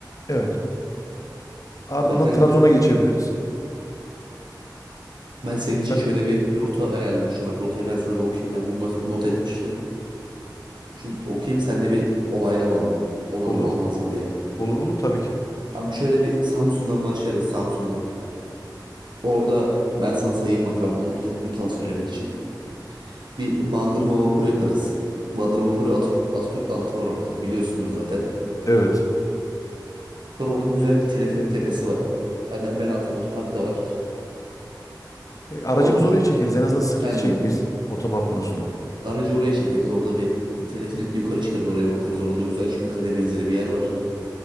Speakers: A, on the left (about 45°); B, on the right (about 75°).
A: Evet. Ardından
B: Bak ben
A: Trabzon'a geçebiliriz.
B: ben senin için
A: Zaten
B: şöyle bir rota ayarlamıştım. Bak rotayı ben sana bir okuyayım. Ben bunu not, et- not etmiştim. Şunu okuyayım sen de bir onayla bana. Olur
A: olur.
B: mu olmaz mı diye.
A: Olur olur tabii ki.
B: Abi şöyle bir Samsun'dan başlarız Samsun'dan. Orada ben sana sayayım bak ben bunları not ettim sana söylemek için. Bir Bandırma vapuru yaparız. Bandırma vapuru Atatürk, Atatürk anıtı var orada biliyorsundur zaten.
A: Evet.
B: Sonra orada güzel bir teleferik tepesi var. Yani hemen altında otopark da var.
A: E, aracımızı
B: O,
A: oraya
B: o
A: çekeriz. En azından sıkıntı
B: yani
A: çekmeyiz otopark konusunda.
B: aracı oraya çekeriz orada bir teleferikle yukarı çıkarız oraya bir bakarız. Orada güzel çünkü kale benzeri bir yer var.